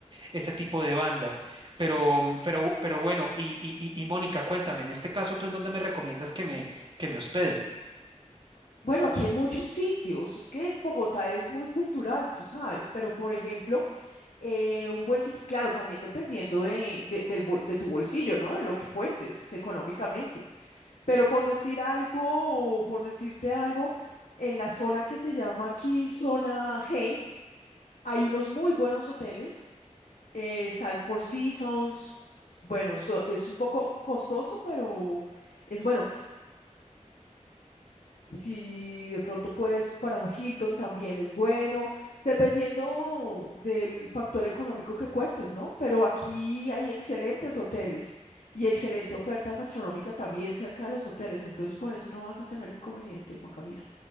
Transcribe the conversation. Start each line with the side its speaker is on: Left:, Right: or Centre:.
Right: ese tipo de bandas. Pero, mm, pero, pero bueno, y, y, y, y Mónica, cuéntame, en este caso, ¿tú en dónde me recomiendas que me, que me hospede?
Left: Bueno, aquí hay muchos sitios. Es que Bogotá es muy cultural, tú sabes, pero por ejemplo, eh, un buen sitio, claro, también dependiendo de, de- del bol- de tu bolsillo, ¿no? De lo que cuentes económicamente. Pero por decir algo, o por decirte algo, en la zona que se llama aquí zona G, hay unos muy buenos hoteles eh, está el Four Seasons. Bueno, so- es un poco costoso, pero es bueno. Si de pronto puedes, para un Hilton también es bueno, dependiendo del factor económico que cuentes, ¿no? Pero aquí hay excelentes hoteles y excelente oferta gastronómica también cerca de los hoteles, entonces por eso no vas a tener inconveniente, Juan Camilo.